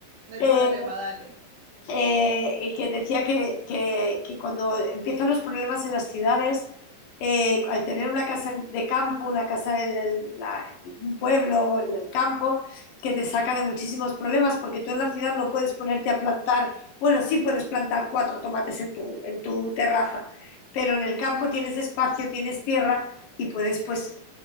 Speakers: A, on the right; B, on the left.
A: No hay
B: Eh,
A: problema, dale.
B: eh, que decía que, que- que cuando empiezan los problemas en las ciudades, eh, al tener una casa de campo, una casa en, el- la- en un pueblo, en el campo, que te saca de muchísimos problemas, porque tú en la ciudad no puedes ponerte a plantar, bueno, sí puedes plantar cuatro tomates en tu, en tu terraza, pero en el campo tienes espacio, tienes tierra y puedes pues